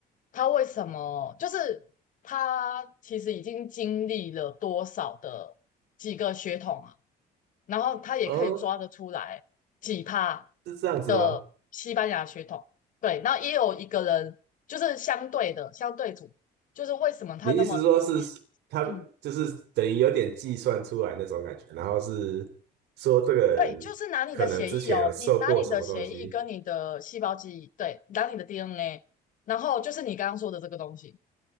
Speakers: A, on the left (about 50°); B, on the right (about 80°).
A: 他为什么，就是他其实已经经历了多少的几个血统啊，然后他也可以抓得出来。
B: 哦，
A: 几趴
B: 是这样子吗？
A: 的西班牙血统，对，那也有一个人就是相对的相对组，就是为什么他那么讨厌？
B: 你意思说是他就是等于有点计算出来那种感觉，
A: 嗯，
B: 然后是说这个人可能之前有受过什么东西，
A: 对，就是拿你的血液哦，你拿你的血液跟你的细胞记忆，对，拿你的 DNA，然后就是你刚刚说的这个东西，